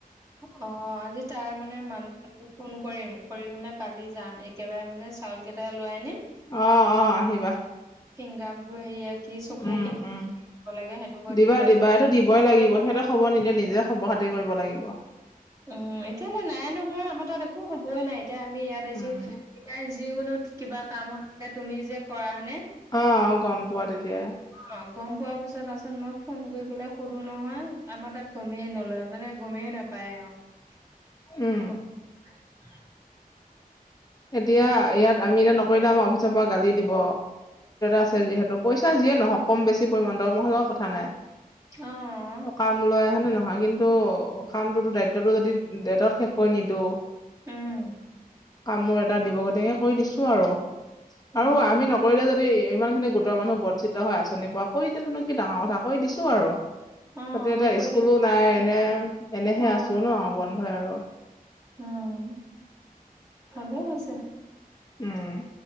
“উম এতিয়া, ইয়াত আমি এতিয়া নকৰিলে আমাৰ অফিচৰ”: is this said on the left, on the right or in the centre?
Left